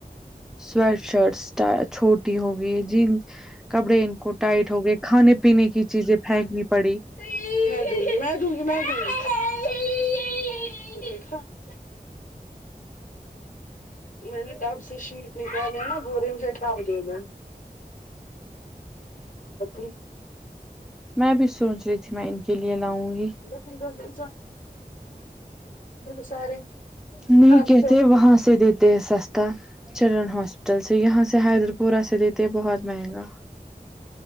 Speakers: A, in the centre; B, on the left.
A: سویٹ شرٹس چھوٹی ہوگئی جینز کپڑے ان کو ٹائٹ ہو گئے کھانے پینے کی چیزیں پھینکنی پڑی
B: <inaudible> میں نے ٹب سے شیٹ نکالیا نا بول رہے ہیں مجھے ٹب دے دو <inaudible>
A: میں بھی سوچ رہی تھی میں ان کے لیے لاؤں گی
B: <inaudible> سارے
A: نہیں
B: خرچ
A: کہتے وہاں سے دیتے ہیں سستا تا چلڈرن ہاسپٹل سے یہاں سے حیدر پورہ سے دیتے ہیں بہت مہنگا